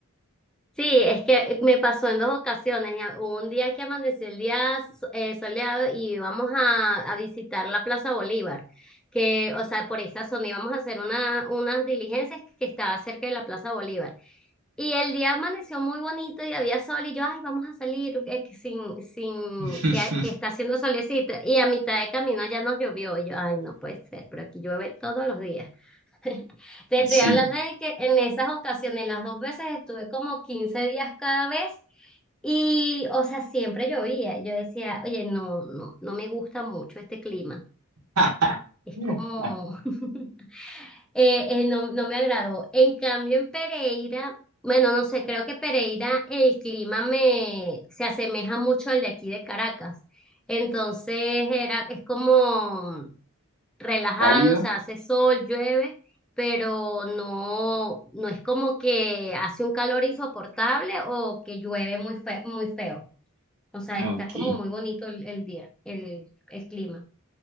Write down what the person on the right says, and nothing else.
<laughs>
Sí.
<laughs>
¿Cálido?
Ok,